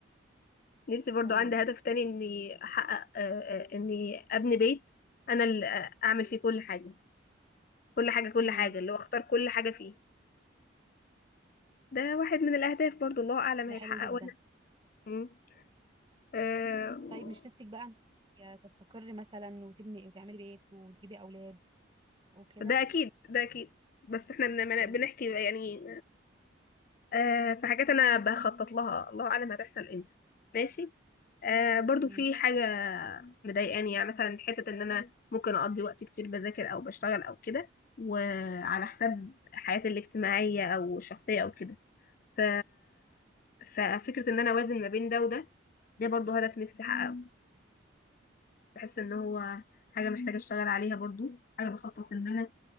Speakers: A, on the left; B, on the right.
A: نفسي برضو
B: تمام
A: عندي هدف تاني اني احقق آه، آه، اني ابني بيت انا اللي آه، اعمل فيه كل حاجه كل حاجه كل
B: امم
A: حاجه اللي هو اختار كل حاجه فيه ده واحد من الاهداف برضو الله اعلم
B: ده
A: هيتحقق
B: حلو جدا
A: ولا لا. مم. آه،
B: طيب مش نفسك بقى إنك تستقري مثلا وتبني وتعملي بيت وتجيبي اولاد وكده
A: ده اكيد ده اكيد بس احنا بن- بن-
B: امم
A: بنحكي يعني آه في حاجات انا بخطط لها الله اعلم هتحصل امتى ماشي آه برضو
B: امم
A: في حاجه مضايقاني يعني مثلا حته ان انا ممكن اقضي وقت كتير بذاكر او بشتغل او كده وعلى حساب حياتي الاجتماعيه او الشخصيه او كده ف ففكره ان انا اوازن ما بين ده وده ده برضو هدف نفسي احققه بحس ان هو حاجه محتاجه اشتغل عليها برضو حاجه بخطط ان انا